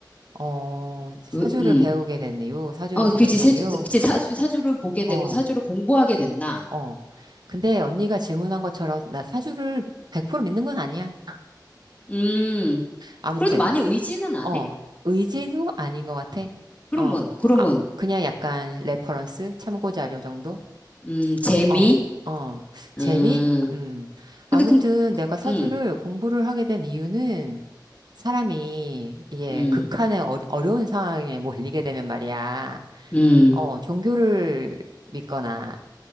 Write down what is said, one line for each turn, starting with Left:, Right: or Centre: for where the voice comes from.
Right: 어, 사주를
Left: 으, 음.
Right: 배우게 된 이유, 사주를
Left: 어,
Right: 보게
Left: 그지,
Right: 된
Left: 사주,
Right: 이유,
Left: 그지, 사주, 사주를 보게 되고
Right: 어,
Left: 사주를 공부하게 됐나?
Right: 어. 근데 언니가 질문한 것처럼 나 사주를 100% 믿는 건 아니야.
Left: 음.
Right: 아무튼.
Left: 그래도 많이 의지는 안
Right: 어,
Left: 해?
Right: 의지도 아닌 것 같아.
Left: 그러면,
Right: 어,
Left: 그러면,
Right: 아, 그냥 약간 레퍼런스, 참고 자료 정도?
Left: 음, 재미,
Right: 어, 어,
Left: 음,
Right: 재미? 음.
Left: 근데
Right: 아무튼
Left: 그, 그,
Right: 내가 사주를
Left: 음,
Right: 공부를 하게 된 이유는 사람이 이게
Left: 음,
Right: 극한의 어, 어려운 상황에 몰리게 되면 말이야.
Left: 음,
Right: 어, 종교를 믿거나,